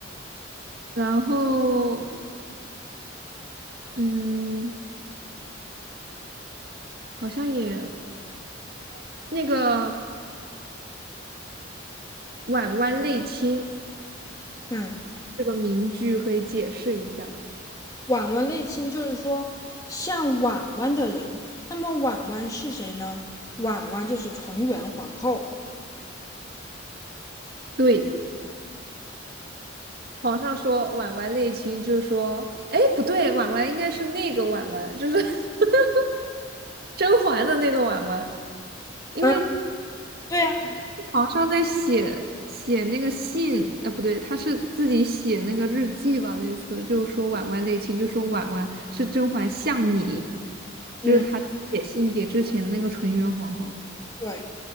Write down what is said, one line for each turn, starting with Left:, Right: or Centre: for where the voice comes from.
Right: 然后嗯，好像也那个婉婉类卿
Left: 嗯。
Right: 这个名句可以解释一下。
Left: 婉婉类亲就是说像婉婉的人，那么婉婉是谁呢？婉婉就是纯元皇后。
Right: 对。皇上说婉婉内亲，就是说，哎，不对，婉婉应该是那个婉婉，就是 <laughs> 甄嬛的那个婉婉，因为
Left: 嗯，对呀、
Right: 皇上在写写那个信，呃，不对，他是自己写那个日记吧，类似就说婉婉内亲，就说婉婉是甄嬛像你，就是他在写信给之前那个纯元皇后，
Left: 嗯，对